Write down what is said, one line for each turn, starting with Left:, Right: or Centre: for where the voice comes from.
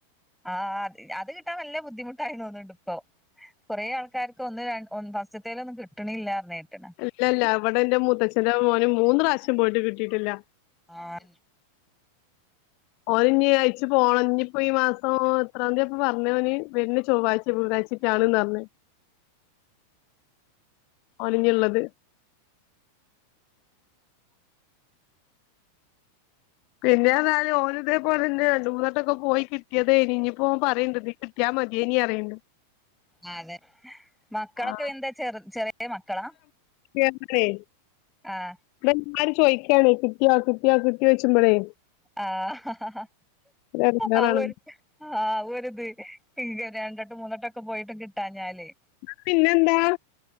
Centre: ആ അ അത് കിട്ടാൻ നല്ല ബുദ്ധിമുട്ടായി തോന്നുന്നുണ്ട് ഇപ്പൊ കൊറേ ആൾക്കാർക്ക് ഒന്ന് ത്തേൽ ഒന്നും കിട്ടണില്ലാന്നു കേക്കണ്
Left: ഇല്ല ഇല്ല ഇവിടെ എന്റെ മുത്തച്ഛന്റെ മോന് മൂന്ന് പ്രാവശ്യം പോയിട്ട് കിട്ടിയിട്ടില്ലഓ
Centre: ആ
Left: ഓന് ഇനി അയച്ചു പോകണം ഇനിയിപ്പോ ഈ മാസം എത്രാ തീയതി അപ്പൊ പറഞ്ഞനി വരുന്ന ചൊവ്വാഴ്ച ബുധനാഴ്ച ഞാണ്ന്ന് അറിഞ്ഞു ഓന് ഇനിയുള്ളത് പിന്നെ എന്നാലും ഒനേ ഇതേ പോലന്നെ രണ്ട മൂന്ന തട്ടൊക്കെ പോയി കിട്ടിയത് ഇനിയിപ്പോ പറയണ്ട് ക്കാ മതിയേനി അറിയണ്ട്
Centre: അ അതെ മക്കളൊക്കെ
Left: ആ
Centre: എന്താ ചെറ ചെറിയ മക്കളാ
Left: <unintelligible>
Centre: ആഹ
Left: എല്ലാരും ചോദിക്കണേ കിട്ടിയാ കിട്ടിയ കിട്ടി വെച്ച്പോളേ
Centre: ആഹ
Left: ഒരു എടങ്ങേറാണ്
Centre: ആ ഒരിത് ആഹ ഒരിത് രണ്ടോട്ട് മൂന്നോട്ടൊക്കെ പോയിട്ടും കിട്ടാ ഞാല്
Left: പിന്നെന്താ